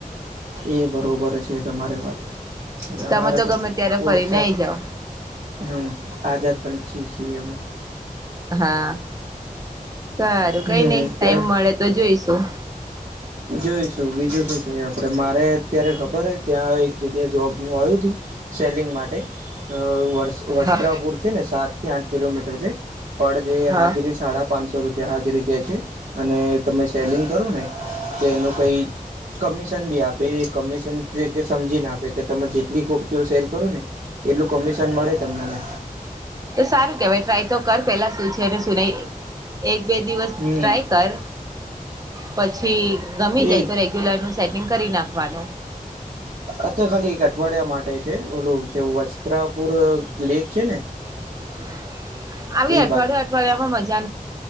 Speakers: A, on the right; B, on the right.
A: એ બરોબર છે તમારી વાત.
B: તમે
A: અમારે તો
B: ગમે
A: ખૂબ
B: ત્યારે ફરીને
A: ઓરછા
B: આઈ જાવ
A: હમ આઝાદ પંછી છી અમે.
B: હા સારું
A: હમ
B: કઈ નઈ ટાઈમ મળે તો જોઈશું.
A: જોઈશું બીજું શું કઈ આપડે. મારે અત્યારે ખબર હે ત્યાં એક જગ્યાએ જોબનું આવ્યું તું. સેલિંગ માટે અ વર વસ્ત્રાપુર
B: હા
A: છે ને સાત થી આઠ કિલોમીટર છે. પળ જે
B: હા
A: હાજરી સાડા પાંચસો રૂપ પીયા હાજરી કે છે અને તમે સેલિંગ કરો ને તો એનું કંઈ કમિશન બી આપે એ કમિશન છે કે સમજીને આપે કે તમે જેટલી કુર્તીઓ સેલ કરો ને એટલું કમિશન મળે તમને ને.
B: એ સારું કેવાય ટ્રાય તો કર પેલા શું છે ને શું નહી. એક બે દિવસ
A: હમ
B: ટ્રાય કર. પછી ગમી
A: એ
B: જાય તો રેગ્યુલરનું સેટિંગ કરી નાખવાનું.
A: અ તો ખાલી એક અઠવાડિયા માટે છે. ઓલું જેવું વસ્ત્રાપુર લેક છે ને?
B: <inaudible> આવી
A: એ
B: અઠવાડિયા
A: બાજુ
B: અઠવાડિયામાં મજા